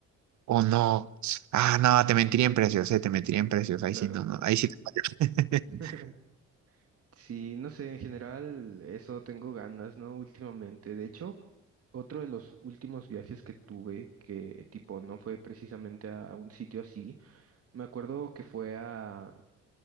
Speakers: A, on the right; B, on the right.
A: O no. Ah, no, te mentiría en precios, eh, te mentiría en precios. Ahí
B: Claro.
A: sí, no, no, ahí sí te fallo.
B: <laughs>
A: <laughs>
B: Sí, no sé, en general eso tengo ganas, ¿no? Últimamente. De hecho, otro de los últimos viajes que tuve, que tipo no fue precisamente a, a un sitio así, me acuerdo que fue a...